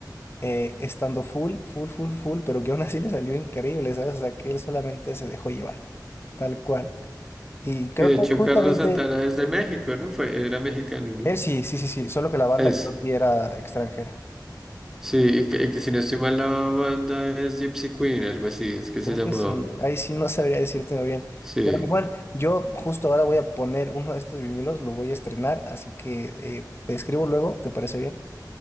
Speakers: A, on the left (about 35°); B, in the centre.
A: eh, estando full, full, full, full, pero que aún así le salió increíble, ¿sabes? O sea, que él solamente se dejó llevar, tal cual. Y creo
B: Y de
A: que
B: hecho,
A: justamente
B: Carlos Santana es de México, ¿no? Fue, era mexicano, ¿no?
A: él sí, sí, sí, sí, solo que la banda
B: Es,
A: creo que era extranjera.
B: sí, y que, y que si no estoy mal, la banda es Gypsy Queen, algo así, es que se
A: Creo
B: llamaba.
A: que sí, ahí sí no <laughs> sabría decirte bien.
B: Sí,
A: Pero mi Juan, yo justo ahora voy a poner uno de estos vinilos, lo voy a estrenar, así que eh, te escribo luego, ¿te parece bien?